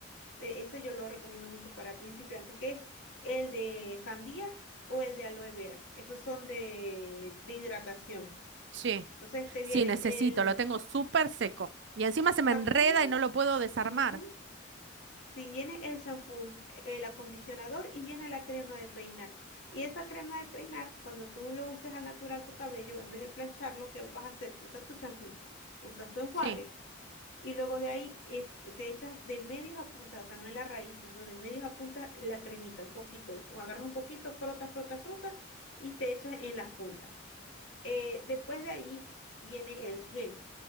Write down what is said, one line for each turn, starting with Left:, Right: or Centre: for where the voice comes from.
Left: eh, ese yo lo recomiendo mucho para principiantes, que es el de sandía o el de aloe vera. Esos son de, de hidratación.
Right: sí,
Left: Entonces te
Right: sí,
Left: viene
Right: necesito,
Left: el
Right: lo tengo súper seco. Y encima se me
Left: shampoo.
Right: enreda y no lo puedo desarmar.
Left: ujú, Si viene el shampoo, el acondicionador y viene la crema de peinar. Y esa crema de peinar, cuando tú lo uses al natural tu cabello, en vez de plancharlo, ¿qué vas a hacer? Tú usas tu champú, usas tu enjuague
Right: Sí,
Left: y luego de ahí es, te echas de medios a puntas, o sea, no en la raíz, sino de medios a puntas la cremita, un poquito, o agarras un poquito, frotas, frotas, frotas y te echas en las puntas. Eh, después de ahí viene el gel.